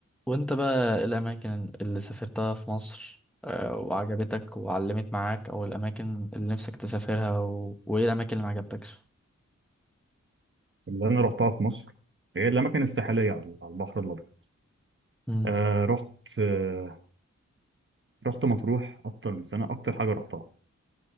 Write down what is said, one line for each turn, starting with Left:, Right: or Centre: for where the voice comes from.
Centre: وانت بقى ايه الاماكن اللي سافرتها في مصر آه، وعجبتك وعلمت معاك او الاماكن اللي نفسك تسافرها و... وايه الاماكن اللي ما عجبتكش
Right: اللي انا رحتها في مصر هي الاماكن الساحليه على على البحر الابيض
Centre: امم
Right: آه رحت آه رحت مطروح اكتر من سنه اكتر حاجه رحتها